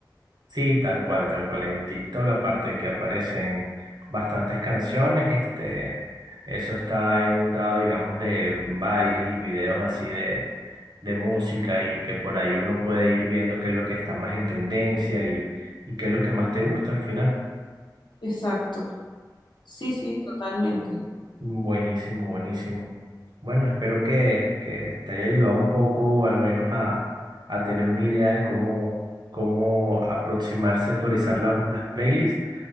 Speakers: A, on the right; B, on the left.
A: sí, tal cual, tal cual. En TikTok, aparte que aparecen bastantes canciones, este, eso está inundado, digamos, de bailes y videos así de, de música y que por ahí uno puede ir viendo qué es lo que está más en tendencia y, y qué es lo que más te gusta al final.
B: Exacto. Sí, sí, totalmente.
A: Buenísimo, buenísimo. Bueno, espero que, que te haya ayudado un poco, al menos a, a tener una idea de cómo, cómo aproximarse a actualizar la- las playlists.